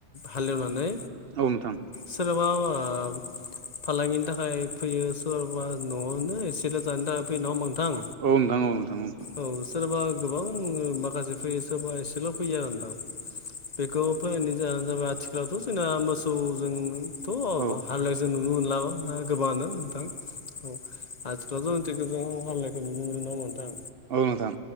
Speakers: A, on the left; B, on the right.
A: हालेवनानै
B: औ नोंथां
A: सोरहाबा <unintelligible> फालांगिनि थाखाय फैयो सोरबा न'आवनो एसेल' जानो थाखाय फैयो नङा होमबा नोंथां
B: औ नोंथां औ नोंथां औ नोंथां
A: औ सोरबा गोबां माखासे फैयो सोरबा एसेल' फैयो आरो नोंथां बेखौ फोनायनि जाहानो जाबाय आथिखालावथ' जोंना मोसौजों थ'
B: औ
A: हालेवनाय जों नुनो मोनलाबा ना गोबाङानो नोंथां औ आथिखालावथ' टेक्टरजोंं हालौवनायखौ नुनो मोनो नङा होमबा नोंथां
B: औ नोंथां